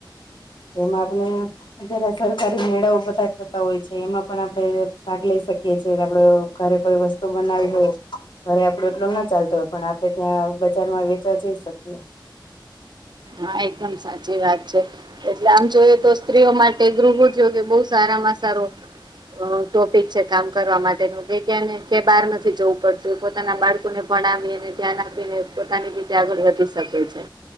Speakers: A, on the left; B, on the right.
A: તો એમાં આપને અત્યારે સરકારી મેળાઓ બધા થતા હોય છે એમાં પણ આપણે ભાગ લઈ શકીએ છેએ આપડો ઘરે કોઈ વસ્તુ બનાવી હોય અરે આપડો એટલો ના ચાલતો હોય પણ આપડે ત્યાં બજારમાં વેચવા જઈ શકીએ
B: હા એકદમ સાચી વાત છે એટલે આમ જોઈએ તો સ્ત્રીઓ માટે ગૃહોદ્યોગે બહુ સારામાં સારો ટોપિક છે કામ કરવા માટેનું કે બારમાંથી જવું પડતું પોતાના બાળકોને ભણાવી અનેને ધ્યાન આપીને પોતાની રીતે આગળ વધી શકે છે